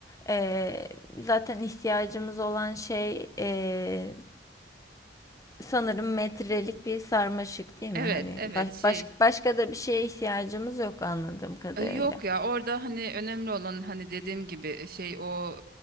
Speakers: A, on the left (about 20°); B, on the right (about 55°).
A: Ee, zaten ihtiyacımız olan şey e, sanırım metrelik bir sarmaşık değil mi?
B: Evet,
A: Hani
B: evet
A: baş,
B: şey
A: baş- başka da bir şeye ihtiyacımız yok anladığım kadarıyla.
B: E, Yok ya orada hani önemli olan hani dediğim gibi e, şey o